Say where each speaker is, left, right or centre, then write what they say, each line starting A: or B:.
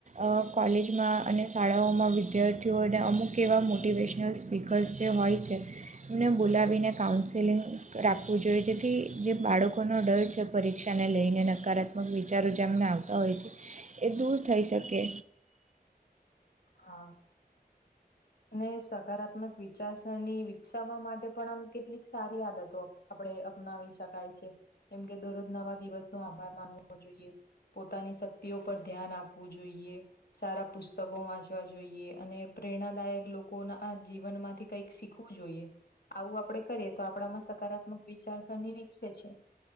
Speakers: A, on the right (about 50°); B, on the left (about 75°).
A: અ કોલેજમાં અને શાળાઓમાં વિદ્યાર્થીઓને અમુક એવા મોટિવેશનલ્ સ્પીકર્સ જે હોય છે એને બોલાવીને કાઉન્સેલિંગ રાખવું જોઈએ જેથી જે બાળકોનો ડર છે પરીક્ષાને લઈને નકારાત્મક વિચારો જેમને આવતા હોય છે એ દૂર થઈ શકે.
B: હા અને સકારાત્મક વિચારસરણી વિકસાવવા માટે પણ આમ કેટલીક સા રી આદતો આપડે અપનાવી શકાય છે. જેમ કે દરરોજ નવા દિવસ નો આભાર માનવો જોઈએ. પોતાની શક્તિઓ પર ધ્યાન આપવું જોઈએ. સારા પુસ્તકો વાંચવા જોઈએ અને પ્રેરણાદાયક લોકો ના જીવન માંથી કઈક શીખવું જોઈએ. આવું આપડે કરીએ તો આપણામાં સકારાત્મક વિચારસરણી વિકસે છે.